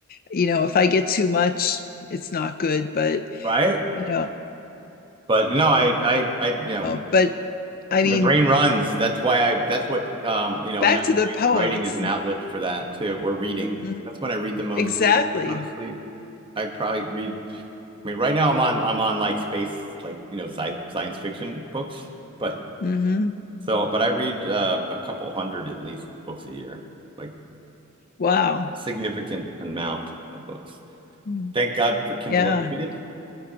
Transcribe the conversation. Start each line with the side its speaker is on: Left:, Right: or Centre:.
Left: You know, if I get too much, it's not good. But
Right: Right?
Left: you know,
Right: But you know, I I I you know
Left: uh, but I
Right: My
Left: mean,
Right: brain runs. That's why I, that's what, um, you know,
Left: back
Right: and I
Left: to the
Right: use
Left: poem.
Right: writing
Left: It's
Right: is an outlet for that too, or reading.
Left: mm,
Right: That's when I read the most
Left: exactly.
Right: too, honestly. I probably read, I mean, right now I'm on, I'm on like space, like, you know, sci science fiction books, but
Left: hmm
Right: so, but I read uh, a couple hundred at least books a year, like
Left: Wow.
Right: significant amount of books.
Left: Mm.
Right: Thank God for Kindle
Left: Yeah.
Right: Unlimited,